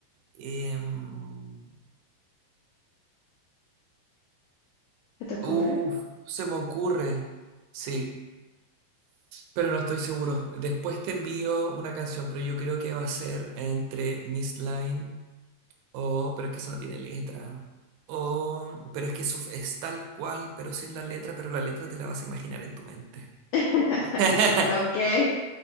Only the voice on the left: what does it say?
¿Qué te ocurre?
<laughs>
Ok,